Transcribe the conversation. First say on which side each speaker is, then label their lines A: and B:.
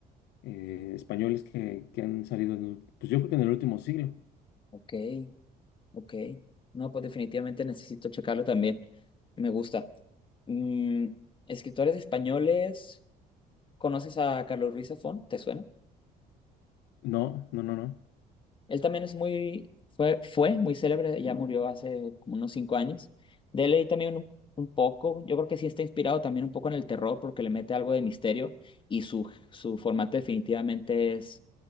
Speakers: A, on the left; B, on the left.
A: eh, españoles que, que han salido, en, el- pues yo creo que en el último siglo.
B: Ok. Ok. No, pues definitivamente necesito checarlo también. Me gusta. Mm, escritores españoles. ¿Conoces a Carlos Ruiz Zafón? ¿Te suena?
A: No, no, no, no,
B: Él también es muy, fue, fue muy célebre, ya murió hace como unos cinco años. De él leí también un, un poco, yo creo que sí está inspirado también un poco en el terror porque le mete algo de misterio y su, su formato definitivamente es